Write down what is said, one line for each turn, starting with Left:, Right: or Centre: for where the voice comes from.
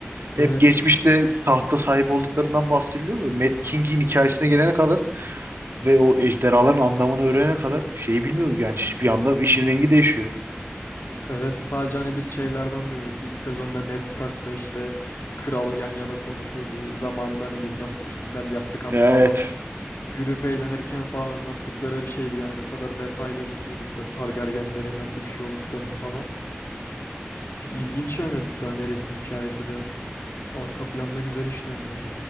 Right: Hep
Left: Evet
Right: geçmişte tahta sahip olduklarından bahsediliyordu da Mad King'in hikayesine gelene kadar ve o ejderhaların anlamını öğrenene kadar şeyi bilmiyoruz yani bir anda işin rengi değişiyor.
Left: Evet sadece hani biz şeylerden
Right: <laughs> Hı.
Left: diyorduk. İlk sezonda Ned Stark'la işte kral yan yana konuşuyordu. Zamanında
Right: hı.
Left: hani biz nasıl ihtilal yaptık ama
Right: Ya
Left: falan
Right: Evet.
Left: gülüp eğlenirken falan anlattıkları bir şeydi. Yani bu kadar detaylı bilmiyorduk da Targaryenlere nasıl bir şey olduklarını falan. Bir ilginç yani Daenerys'in hikayesi de arka planda güzel işlendi.